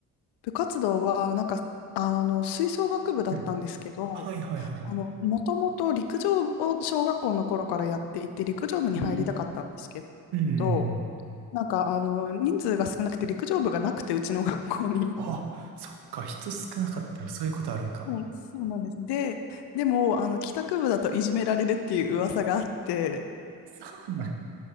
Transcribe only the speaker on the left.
部活動は、なんか、あの、吹奏楽部だったんですけど、
あの、もともと陸上を小学校の頃からやっていて、陸上部に入りたかったんですけ
ど、なんか、あの、人数が少なくて陸上部がなくて、うちの学校に。
<laughs> はい、そうなんです。で、でも、あの、帰宅部だといじめられるっていう噂があって、